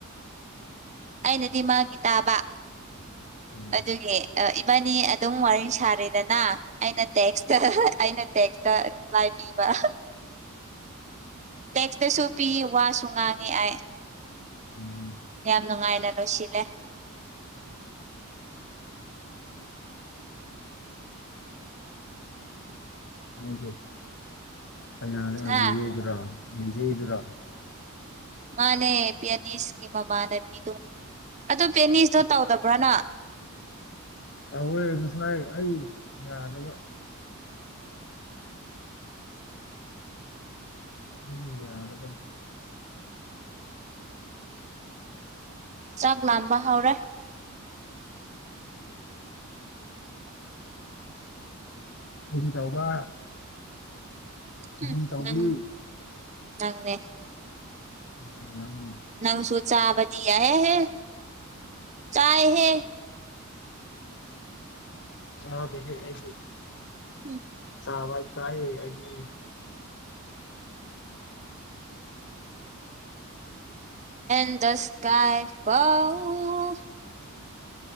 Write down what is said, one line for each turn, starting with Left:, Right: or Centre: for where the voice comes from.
Right: ꯑꯩꯅꯗꯤ ꯃꯥꯒꯤ ꯇꯥꯕ
Left: ꯎꯝ
Right: ꯑꯗꯨꯒꯤ ꯅꯤ ꯑꯗꯨꯝ ꯋꯥꯔꯤ ꯁꯥꯔꯤꯗꯅ ꯑꯩꯅ ꯇꯦꯛꯁꯇ ꯑꯩꯅ ꯇꯦꯛꯛꯇ ꯔꯤꯄ꯭ꯂꯥꯏ ꯄꯤꯕ ꯇꯦꯛꯁꯇꯁꯨ ꯄꯤ ꯋꯥꯁꯨ ꯉꯥꯡꯉꯤ ꯑꯥꯏ
Left: ꯎꯝ
Right: ꯌꯥꯝ ꯅꯨꯡꯉꯥꯏꯂ ꯂꯣꯁꯤꯂꯦ
Left: ꯦꯗꯤ ꯀꯔꯣ
Right: ꯑ
Left: ꯅꯤꯡꯖꯦ ꯏꯗꯔꯣ
Right: ꯃꯥꯅꯦ ꯄꯤꯅꯤꯁꯀꯤ ꯃꯃꯅꯕꯤꯗꯨ ꯑꯗꯨ ꯄꯦꯅꯤꯁꯇꯣ ꯇꯧꯗꯕ꯭ꯔꯅ
Left: ꯑꯣꯏ ꯉꯁꯥꯏ ꯑꯩ ꯌꯥꯗꯕ ꯏ ꯌꯥꯔ
Right: ꯆꯥꯛ ꯂꯝꯕ ꯍꯧ꯭ꯔꯦ
Left: ꯑ ꯆꯧꯕ ꯆꯍꯨꯝ
Right: ꯎꯝ
Left: ꯆꯧꯕꯤ
Right: ꯅꯪ ꯅꯪꯅꯦ
Left: ꯎꯃꯦ
Right: ꯅꯪꯁꯨꯨ ꯆꯕꯗꯤ ꯍ ꯍꯦ ꯀꯥꯏ ꯍꯦ
Left: ꯑꯗꯦ ꯍꯦ ꯑꯩꯗꯤ
Right: ꯎꯝ
Left: ꯑꯋꯥ ꯀꯑ ꯍꯥꯏꯗꯤ
Right: ꯟꯗꯁ ꯀꯥꯏ ꯄꯥꯎ